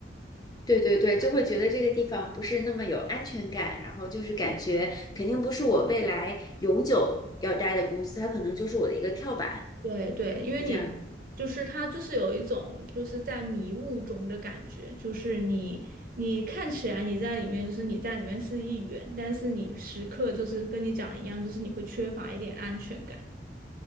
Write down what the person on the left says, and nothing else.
对对对，就会觉得这个地方不是那么有安全感，然后就是感觉肯定不是我未来永久要待的公司，它可能就是我的一个跳板，
就这样。